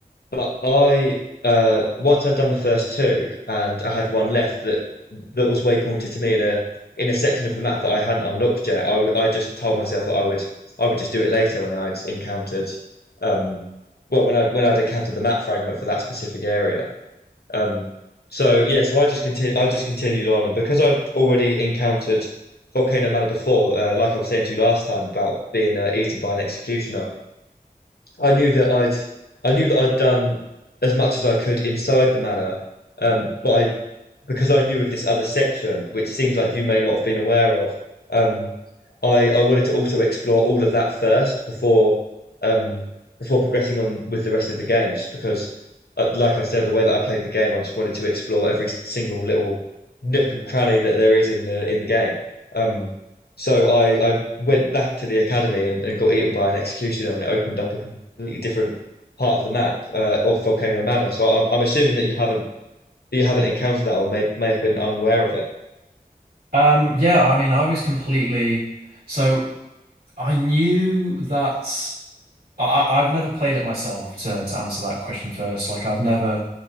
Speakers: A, on the left; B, on the right.
A: But I uh once I'd done the first two and I had one left that that was waypointed to me in a in a section of the map that I hadn't unlocked yet. I w- I just told myself that I would I would just do it later when I'd encountered um well when I when I'd encountered the map fragment for that specific area. Um so yeah, so I just continu I just continued on and because I'd already encountered Volcano Manor before, uh, like I was saying to you last time about being uh, eaten by an executioner, I knew that I'd I knew that I'd done as much as I could inside the manor, um, but I because I knew of this other section, which seems like you may not have been aware of, um, I, I wanted to also explore all of that first before um, before progressing on with the rest of the game, just because, uh, like I said, the way that I played the game, I just wanted to explore every single little nook and cranny that there is in the in the game. Um, so I, I went back to the academy and, and got eaten by an executioner, and it opened up a completely different part of the map uh, of Volcano Manor. So I'm, I'm assuming that you haven't you haven't encountered that or may may have been unaware of it.
B: Um, yeah, I mean I was completely so I knew that I, I- I've never played it myself to to answer that question first. Like I've never.